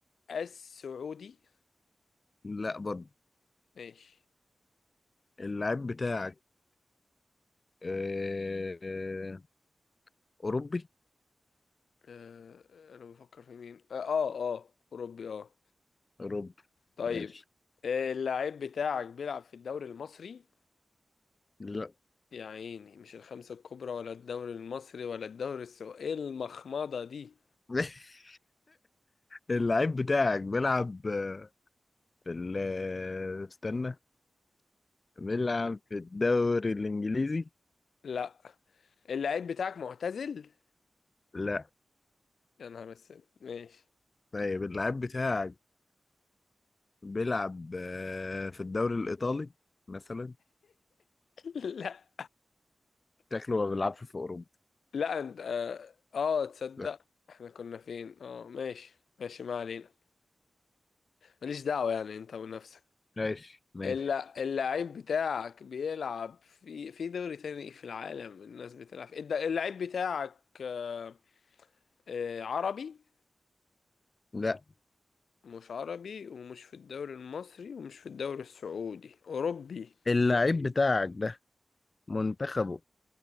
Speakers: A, on the left (about 80°); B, on the left (about 30°).
A: السعودي
B: لا برضه
A: ماشي
B: اللعيب بتاعك آه، آه، اوروبي
A: آه آه، انا بفكر في مين اه اه آه، اوروبي اه
B: اوروبي
A: طيب
B: ماشي
A: آه، اللعيب بتاعك بيلعب في الدوري المصري
B: لا
A: يا عيني مش الخمسة الكبرى ولا الدوري المصري ولا الدوري السعودي ايه المخمضة دي
B: <laughs> اللعيب بتاعك بيلعب آه، في ال آه، استنى بيلعب في الدوري الإنجليزي؟
A: لا اللعيب بتاعك معتزل
B: لا
A: يا نهار اسود ماشي
B: طيب اللعيب بتاعك بيلعب آه، في الدوري الإيطالي مثلا؟
A: <laughs> لا
B: شكله ما بيلعبش في أوروبا
A: لا انت اه آه، تصدق
B: لا
A: احنا كنا فين اه ماشي ماشي ما علينا ماليش دعوة يعني انت ونفسك
B: ماشي ماشي
A: الا اللعيب بتاعك بيلعب في في دوري تاني في العالم الناس بتلعب في الد- اللعيب بتاعك آه، آه، عربي
B: لا
A: مش عربي ومش في الدوري المصري ومش في الدوري السعودي أوروبي
B: اللعيب بتاعك ده منتخبه